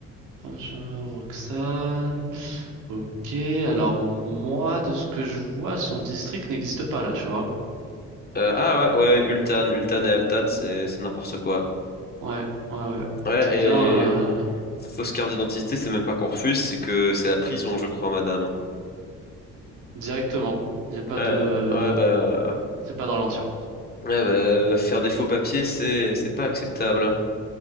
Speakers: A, on the right (about 85°); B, on the left (about 30°).
A: Benjamin, Roxane. Ok, alors moi, de ce que je vois, son district n'existe pas là, tu vois.
B: Euh, ah ouais, ouais, ouais, Ultan, Ultan et Altan, c'est c'est n'importe quoi.
A: Ouais, ouais, ouais.
B: Ouais,
A: On était bien
B: et
A: euh,
B: fausse carte d'identité, c'est même pas qu'on refuse, c'est que c'est la prison, je crois, madame.
A: directement. Il n'y a pas
B: Ouais,
A: de...
B: ouais bah,
A: Il n'y a pas de ralentir.
B: ouais, bah faire des faux papiers, c'est c'est pas acceptable.